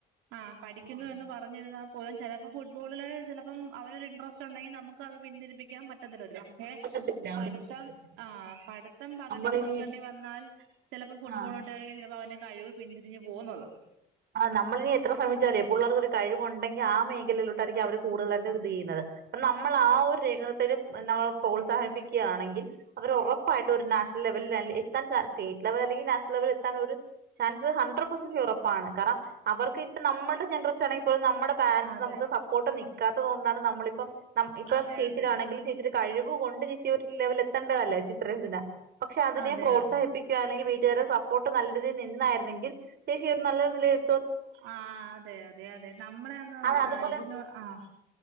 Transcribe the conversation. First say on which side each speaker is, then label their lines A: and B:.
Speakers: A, on the right; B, on the right.
A: ആഹ് പഠിക്കുന്നു
B: ആഹ്
A: എന്ന് പറഞ്ഞിരുന്നാൽ പോലും ചിലപ്പോ ഫുട്ബോളില് ചിലപ്പോ അവരരു ഇൻട്ര സ്റ്റ് ണ്ടെങ്കിൽ നമുക്ക് അത് പിന്തിരി പ്പിക്കാ പറ്റത്തില്ലല്ലോ. ക്ഷേ
B: പറ്റത്തില്ല
A: പഠിത്തം
B: ഒരിക്കലും പറ്റത്തില്ല
A: ആഹ് പഠിത്തം പകുതിക്ക്
B: നമ്മളിനി
A: നിർത്തേണ്ടി വന്നാൽ ചിലപ്പോ ഫുട്ബോൾലോട്ട്ക്കെ
B: ആഹ്
A: ചിലപ്പോ അവന്റെ കഴിവ് പിന്തിരിഞ്ഞു പോകുന്നത്.
B: ആഹ് നമ്മളിനിഎത്ര ശ്രമിച്ചാലേ എഹ് പിള്ളേർക്ക ഒരു കഴിവുണ്ടെങ്കിൽ ആഹ് മേഖലയിലോട്ടായിരിക്കും അവര് കൂടുതലായി ഇത് ചെയ്യുന്നത്. നമ്മള് ആഹ് ഒരു രംഗത്തി നമ്മ പ്രോത്സാഹിപ്പിക്കുകയാണെങ്കിൽ അവർ ഉറപ്പായിട്ട് ഒരു നാഷണൽ ലെവല എത്താൻ സ്റ്റേറ്റ് ലെവൽ അല്ലെങ്കിൽ നാഷണൽ ലെവലിൽ എത്താൻ ഒരു ചാൻസ് ഹാൻഡ്രഡ് പെസന്റ് യൂറ പ്പാണ്. കാരണം അവർക്ക് ഇപ്പം നമ്മുടെ ജനറേഷൻ ആണെങ്കിൽ പോലും നമ്മുടെ പാരൻറ്സ്
A: അതെ
B: നമുക്ക് സ പ്പോട്ട് നിക്കാത്തത് കൊണ്ടാണ് നമ്മളിപ്പം ഇപ്പം
A: അതെ
B: ചേച്ചിട്ടാണെങ്കിൽ
A: അതെ
B: ചേച്ചിട കഴിവ് കൊണ്ട്. ഈ ഒരു ലെവൽ എത്തേണ്ടതല്ലേ ചിത്രരചന. പക്ഷെ അതിനെ
A: അതെ
B: പ്രോത്സാഹിപ്പി
A: അതെ
B: കാണെങ്കി വീട്ടുകാരുടെ സപ്പോർട്ട് നല്ല രീയിൽ നിന്നായിരുന്നെങ്കിൽ. ച്ചി രു നല്ലൊരു നിലയിൽ.
A: ആഹ് അതെ അതെ അതെ. നമ്മളെന്ന്
B: അത് അതുപോലെ
A: ഇതിന ആഹ്